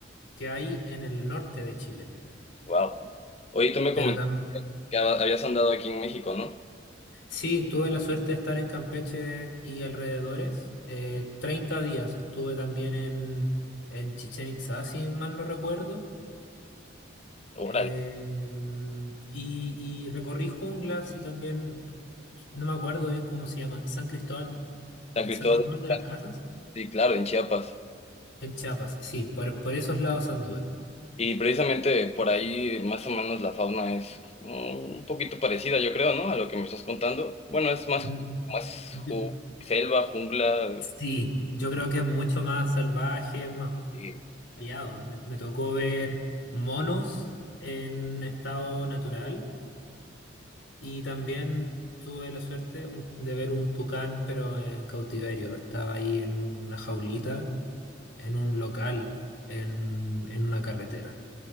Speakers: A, on the left (about 70°); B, on the left (about 30°).
A: que hay en el norte de Chile,
B: Wow. Oye, tú me
A: pero
B: comentaste
A: también...
B: que hab- habías andado aquí en México, ¿no?
A: Sí, tuve la suerte de estar en Campeche y alrededores. eh, 30 días estuve también en, en Chichén Itzá, si mal no recuerdo.
B: Órale.
A: eh, em, y, y recorrí junglas y también, no me acuerdo bien cómo se llama, San Cristóbal,
B: San Cristóbal
A: San Cristóbal
B: de las
A: de las
B: Casas.
A: Casas,
B: Sí, claro, en Chiapas.
A: en Chiapas. Sí, por, por esos lados anduve.
B: Y precisamente por ahí más o menos la fauna es mm, un poquito parecida, yo creo, ¿no? A lo que me estás contando. Bueno, es más,
A: Mm,
B: más
A: yo-
B: ju- selva, jungla,
A: sí, yo creo que es mucho más salvaje, más
B: y
A: variado. Me, me tocó ver monos en estado natural y también tuve la suerte un- de ver un tucán, pero en cautiverio. Estaba ahí en una jaulita, en un local, en, en una carretera.